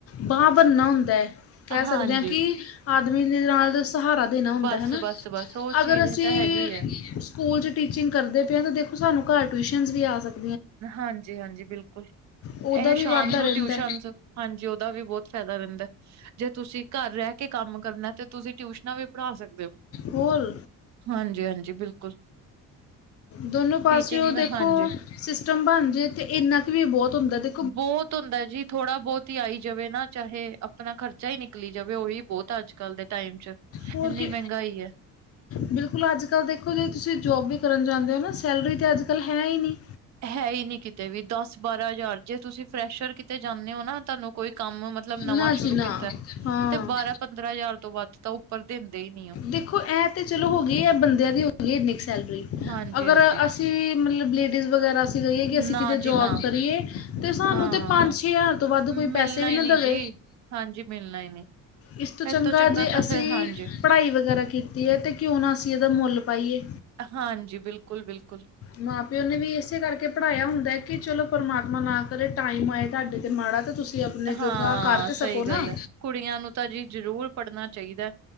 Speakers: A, on the left; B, on the right.
A: ਬਾਂਹ ਬਣਨਾ ਹੁੰਦੈਂ। ਕਹਿ ਸਕਦੇ
B: ਹਾਂਜੀ
A: ਆ ਕਿ, ਆਦਮੀ ਦੇ ਨਾਲ ਤੇ ਸਹਾਰਾ ਦੇਣਾ ਹੁੰਦਾ
B: ਬਸ
A: ਹੈਨਾ।
B: ਬਸ ਬਸ ਉਹ
A: ਅਗਰ
B: ਚੀਜ਼
A: ਅਸੀਂ
B: ਤਾਂ ਹੈਗੀ ਹੈ
A: ਸਕੂਲ 'ਚ ਟੀਚਿੰਗ ਕਰਦੇ ਪਏ ਆ ਤਾਂ ਦੇਖੋ ਸਾਨੂੰ ਘਰ ਟਿਊਸ਼ਨਸ ਵੀ ਆ ਸਕ
B: ਹਾਂਜੀ-ਹਾਂਜੀ, ਬਿਲਕੁਲ
A: ਉਹਦਾ
B: ਇਹ
A: ਵੀ
B: ਸ਼ਾਮ
A: ਵਾਧਾ
B: ਨੂੰ
A: ਰਹਿੰਦਾ
B: ਟਿਊਸ਼ਨਜ਼ ਹਾਂਜੀ ਉਹਦਾ ਵੀ ਬਹੁਤ ਫ਼ਾਇਦਾ ਰਹਿੰਦਾ, ਜੇ ਤੁਸੀਂ ਘਰ ਰਹਿ ਕੇ ਕੰਮ ਕਰਨਾ ਤੇ ਤੁਸੀਂ ਟਿਊਸ਼ਨਾਂ ਵੀ ਪੜ੍ਹਾ ਸਕਦੇ ਓ।
A: ਹੋਲ।
B: ਹਾਂਜੀ-ਹਾਂਜੀ ਬਿਲਕੁਲ।
A: ਦੋਨੋ ਪਾਸਿਓ
B: ਟੀਚਿੰਗ
A: ਦੇਖੋ,
B: ਹਾਂਜੀ
A: ਸਿਸਟਮ ਬਣਜੇ ਤੇ ਇੰਨਾ ਕੁ ਵੀ ਬਹੁਤ ਹੁੰਦਾ। ਦੇ
B: ਬਹੁਤ ਹੁੰਦਾ ਜੀ। ਥੋੜਾ ਬਹੁਤ ਈ ਆਈ ਜਾਵੇ ਨਾ, ਚਾਹੇ ਆਪਣਾ ਖਰਚਾ ਈ ਨਿਕਲੀ ਜਾਵੇ। ਉਹੀ ਬਹੁਤ ਅੱਜ-ਕੱਲ੍ਹ ਦੇ ਟਾਈਮ 'ਚ।
A: ਹੋਰ
B: ਇੰਨੀ
A: ਕੀ।
B: ਮਹਿੰਗਾਈ ਹੈ
A: ਬਿਲਕੁਲ ਅੱਜ-ਕੱਲ੍ਹ ਦੇਖੋ ਜੇ ਤੁਸੀਂ ਜੋਬ ਵੀ ਕਰਨ ਜਾਂਦੇ ਓ ਨਾ, ਸੈਲਰੀ ਤੇ ਅੱਜ-ਕੱਲ੍ਹ ਹੈ ਈ ਨਹੀਂ।
B: ਹੈ ਈ ਨੀ ਕਿਤੇ ਵੀ, ਦੱਸ-ਬਾਰਾਂ ਹਜ਼ਾਰ ਜੇ ਤੁਸੀਂ ਫਰੈਸ਼ਰ ਕਿਤੇ ਜਾਂਨੇ ਓ ਨਾ, ਤੁਹਾਨੂੰ ਕੋਈ ਕੰਮ ਮਤਲਬ, ਨਵਾਂ
A: ਨਾ
B: ਸ਼ੁਰੂ
A: ਜੀ ਨਾ
B: ਕੀਤਾ
A: ਹਾਂ
B: ਤੇ ਬਾਰਾਂ-ਪੰਦਰਾਂ ਹਜ਼ਾਰ ਤੋਂ ਵੱਧ ਤਾਂ ਉਹ ਉੱਪਰ ਦਿੰਦੇ ਹੀ ਨਹੀਂ
A: ਦੇਖੋ, ਇਹ ਤੇ ਚਲੋ ਹੋਗੀ ਏ ਬੰਦਿਆਂ ਦੀ ਹੋਗੀ ਇੰਨੀ ਕੁ ਸੈਲਰੀ।
B: ਹਾਂਜੀ
A: ਅਗਰ
B: ਹਾਂਜੀ
A: ਅਸੀਂ ਤੀ ਮਤਲਬ ਲੇਡੀਜ਼ ਵਗੈਰਾ ਕੀ ਕਰੀਏ ਕਿ, ਅਸੀਂ
B: ਨਾ
A: ਕਿਤੇ
B: ਜੀ
A: ਜੋਬ
B: ਨਾ
A: ਕਰੀਏ ਤੇ ਸਾਨੂੰ
B: ਹਾਂ
A: ਤੇ ਪੰਜ-ਛੇ ਜ਼ਾਰ ਤੋਂ ਵੱਧ ਕੋਈ
B: ਮਿਲਣਾ
A: ਪੈਸੇ ਵੀ
B: ਹੀ ਨਹੀਂ
A: ਦਵੇ,
B: ਜੀ ਹਾਂਜੀ ਮਿਲਣਾ ਹੀ ਨਹੀਂ
A: ਇਸ ਤੋਂ ਚੰਗਾ
B: ਇਹ
A: ਜੇ
B: ਤਾਂ
A: ਅਸੀਂ
B: ਫਿਰ ਹਾਂਜੀ
A: ਪੜ੍ਹਾਈ ਵਗੈਰਾ ਕੀਤੀ ਐ ਤੇ ਕਿਉਂ ਨਾ ਅਸੀਂ ਇਹਦਾ ਮੁੱਲ ਪਾਈਏ।
B: ਹਾਂਜੀ, ਬਿਲਕੁਲ-ਬਿਲਕੁਲ।
A: ਮਾਂ-ਪਿਓ ਨੇ ਵੀ ਇਸੇ ਕਰਕੇ ਪੜ੍ਹਾਇਆ ਹੁੰਦਾ ਐ ਕਿ ਚਲੋ, ਪਰਮਾਤਮਾ ਨਾ ਕਰੇ ਟਾਈਮ ਆਏ ਤੁਹਾਡੇ ਤੇ ਮਾੜਾ ਤੇ ਤੁਸੀਂ ਤੇ ਆਪਣੇ
B: ਆ,
A: ਜੋਗਾ ਕਰ ਤਾਂ ਸਕੋ
B: ਸਹੀ
A: ਨਾ
B: ਗੱਲ ਐ, ਕੁੜੀਆਂ ਨੂੰ ਤਾਂ ਜੀ ਜ ਜ਼ਰੂਰ ਪੜ੍ਹਨਾ ਚਾਹੀਦਾ